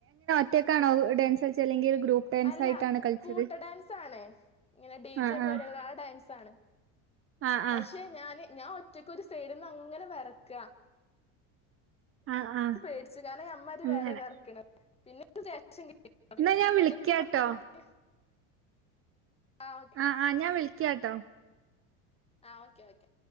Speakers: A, on the right; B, on the left.
A: റ്റക്കാണോ ഡാൻസ് കളിച്ചേ അല്ലെങ്കിൽ ഗ്രൂപ്പ് ഡാൻസ്
B: അല്ല
A: ആയിട്ടാണ് കളിച്ചത്
B: കൂട്ട ഡാൻസ് ആണ് ഇങ്ങനെ ഡി
A: ആഹ്
B: ജെ പോലുള്ള
A: ആഹ്
B: ആ ഡാൻസ് ആണ്
A: ആഹ്
B: പശേ
A: ആഹ്
B: ഞാന് ഞാൻ ഒറ്റക്ക് ഒരു സൈഡിന്നങ്ങനെ വെരക്കണം
A: ആഹ് ആഹ്
B: പേടിച്ചിക്കാന് അമ്മരി വേറെയാ
A: അങ്ങനെ
B: വിറക്കണ് പിന്നെ <unintelligible> <unintelligible>
A: എന്നാ
B: നിക്ക്
A: ഞാൻ വിളിക്കാട്ടോ
B: എന്തോ ഭാഗ്യത്തിന് ആ ഓക്കെ
A: ആഹ് ആ ഞാൻ വിളിക്ക ക്യോട്ടോ
B: ആഹ ഓക്കെ ഓക്കെ